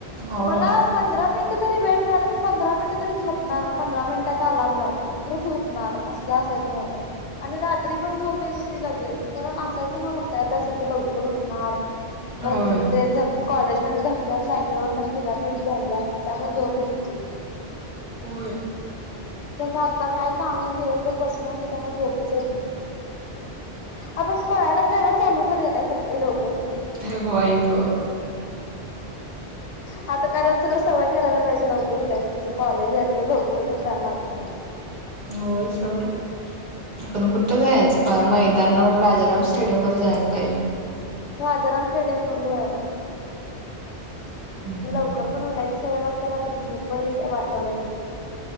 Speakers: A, on the right; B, on the left.
A: होय.
B: मला पंधरा मिनट. वेळ मिळाला मी पंधरा मिनट तरी झोपणार पंधरा मिनिटाचा अलार्म लावून. असल असायच माझ आणि रात्री पण झोप. येत होती लगेच कारण असायचं ना उठायच असायचं लवकर. खुरटणार
A: होय
B: परत ते. <unintelligible> कॉलेजमध्ये दगदग सायकल वरन फिराफिरी झालेली असणार त्यामुळे झोप येत होती.
A: <unintelligible>
B: तसं आता काय कामान दिवसभर बस. <unintelligible> पळायला जायला चालू करूया काय सकाळी लवकर उठून.
A: हे बाई ग
B: आता कारण तुला. सवय करायला पाहिजे लवकर उठायची तुझं कॉलेज आहे तु लवकर उठून जायला लागणार आहे.
A: होय सोड आपण कुठं जायचं मैदानावर राजाराम. स्टेडियमवर जायला पाहिजे.
B: राजाराम स्टेडियम वर व आहे,.
A: हम्म
B: लवकर पण उठायची सवय लागत्या, रात्री झोप पण येते ऑटोमॅटिक.